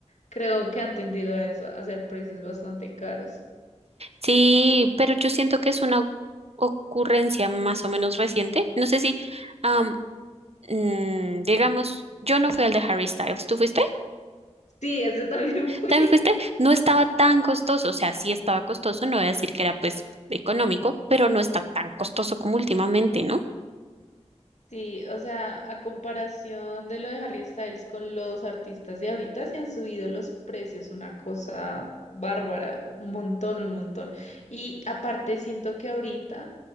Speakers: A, on the left; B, on the right.
A: creo que han tendido a eso, a hacer precios bastante caros.
B: Sí, pero yo siento que es una ocurrencia más o menos reciente. No sé si, am, mm, digamos, yo no fui al de Harry Styles. ¿Tú fuiste?
A: Sí, ese también <laughs> fue.
B: ¿También fuiste? No estaba tan costoso. O sea, sí estaba costoso. No voy a decir que era pues económico, pero no está tan costoso como últimamente, ¿no?
A: Sí, o sea, a comparación de lo de Harry Styles con los artistas de ahorita, se han subido los precios, una cosa bárbara, un montón, un montón. Y aparte siento que ahorita